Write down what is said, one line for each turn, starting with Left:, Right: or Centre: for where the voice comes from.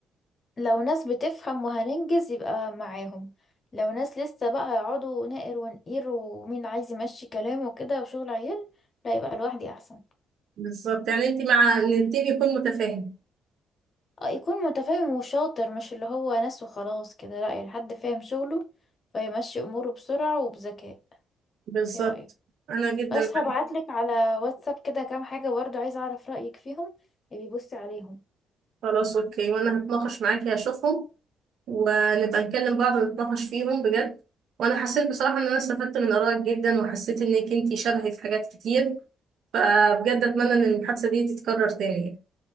Left: لو ناس بتفهم وهننجز يبقى معاهم لو ناس لسه بقى هيقعدوا نقر ونقير ومين عايز يمشي كلامه وكده وشغل عيال لا يبقى لوحدي احسن
Right: بالظبط يعني انت مع ان التيم يكون متفاهم
Left: اه يكون متفاهم وشاطر مش اللي هو ناس وخلاص كده لا يعني حد فاهم شغله فيمشي اموره بسرعة وبذكاء
Right: بالظبط
Left: ايه رأيك
Right: انا جدا
Left: بس
Right: معاكي
Left: هبعتلك على واتساب كده كام حاجة برضو عايزة اعرف رأيك فيهم يبقى بصي عليهم
Right: خلاص اوكي وانا هتناقش معاكي هشوفهم ونبقى نكلم بعض ونتناقش فيهم بجد وانا حسيت بصراحة ان انا استفدت من ارائك جدا وحسيت انك انت شبهي في حاجات كتير فبجد اتمنى ان المحادثة دي تتكرر تاني